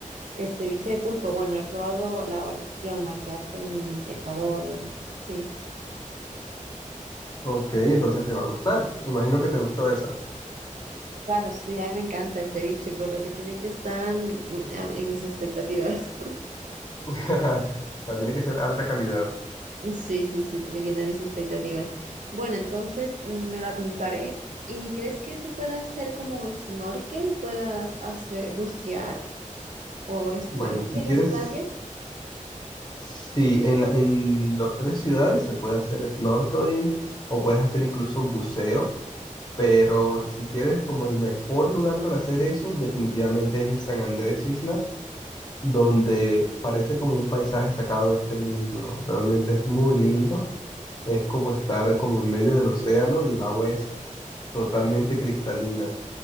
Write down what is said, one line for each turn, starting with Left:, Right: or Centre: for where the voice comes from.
Right: El ceviche de pulpo, bueno, he probado la variación, la que hacen en Ecuador, en... sí.
Left: Ok, entonces te va a gustar. Me imagino que te gustó esa.
Right: Claro, sí, a mí me encanta el ceviche, por lo que tiene que estar mm, a- en mis expectativas.
Left: <laughs> O sea, tiene que ser alta calidad.
Right: <laughs> Sí, sí, sí, tiene que llenar mis expectativas. Bueno, entonces mm, me la apuntaré. ¿Y crees que se pueda hacer como snorkel? ¿Puedas hacer bucear o snorkel
Left: Bueno, si
Right: en
Left: quieres,
Right: las playas?
Left: sí, en la, en las tres ciudades se puede hacer snorkeling o puedes hacer incluso buceo, pero si quieres como el mejor lugar para hacer eso, definitivamente es en San Andrés Islas, donde parece como un paisaje sacado de este mundo. Realmente es muy lindo, es como estar como en medio del océano y el agua es totalmente cristalina.